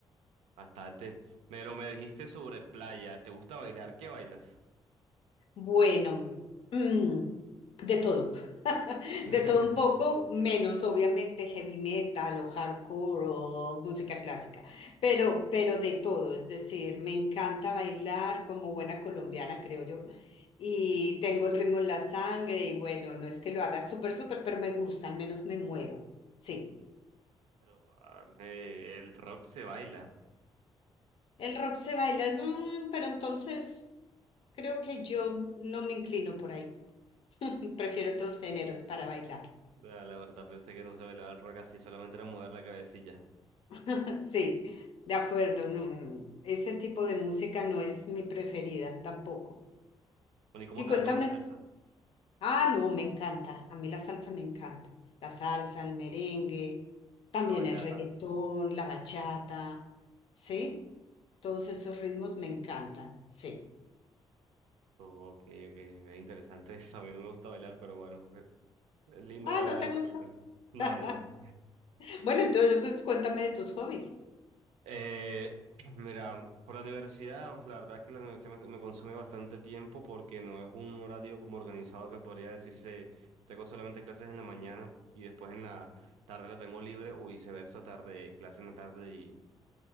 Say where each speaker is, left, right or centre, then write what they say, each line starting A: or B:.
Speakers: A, on the right; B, on the left.
A: bastante. Pero me dijiste sobre playa, ¿te gusta bailar? ¿Qué bailas?
B: Bueno, mm, de todo. <laughs>
A: <laughs>
B: De todo un poco, menos obviamente heavy metal o hardcore o música clásica, pero, pero de todo. Es decir, me encanta bailar como buena colombiana, creo yo. Y tengo el ritmo en la sangre y bueno, no es que lo haga súper, súper, pero me gusta, al menos me muevo. Sí,
A: Pero ah, eh, el rock se baila.
B: el rock se baila, mm, pero entonces creo que yo no me inclino por ahí. <laughs> Prefiero otros géneros para bailar.
A: Ah, La verdad, pensé que no se bailaba el rock así, solamente era mover la cabecilla.
B: <laughs> Sí, de acuerdo. No, no, ese tipo de música no es mi preferida tampoco.
A: Bueno, ¿y cómo
B: Y
A: te
B: cuéntame.
A: va con la salsa?
B: Ah, no, me encanta. A mí la salsa me encanta. La salsa, el merengue, también
A: La bachata.
B: el reggaetón, la bachata. ¿Sí? Todos esos ritmos me encantan. Sí.
A: Oh, ok, ok, es interesante <laughs> eso. A mí no me gusta bailar, pero bueno, es lindo
B: Ah,
A: ver
B: ¿no
A: a
B: te
A: alguien
B: gusta?
A: bailar. No,
B: <laughs>
A: no. no.
B: Bueno, entonces, entonces cuéntame de tus hobbies.
A: Eh, <clears throat> mira, por la universidad, pues la verdad es que la universidad me, me consume bastante tiempo porque no es un horario como organizado que podría decirse, tengo solamente clases en la mañana y después en la tarde la tengo libre o viceversa, tarde, clase en la tarde y,